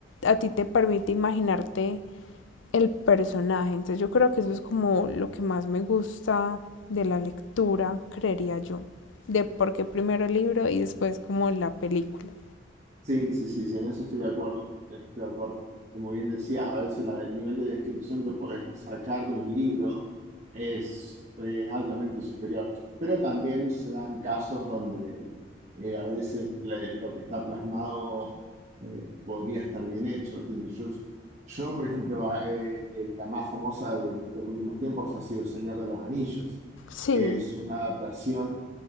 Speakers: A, on the left; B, on the right.
A: a ti te permite imaginarte el personaje. Entonces yo creo que eso es como lo que más me gusta de la lectura, creería yo. De porque primero el libro y después como la película.
B: Sí, sí, sí, sí, en eso estoy de acuerdo, en eso estoy de acuerdo. Como bien decías, a veces la- el nivel de descripción que podés sacar de un libro es, es altamente superior, pero también se dan casos donde eh, a veces le- lo que está plasmado eh, podría estar bien hecho. qué sé Yo, yo, por ejemplo, a- eh, eh, la más famosa de los últimos tiempos ha sido El Señor de los Anillos,
A: Sí,
B: que es una adaptación.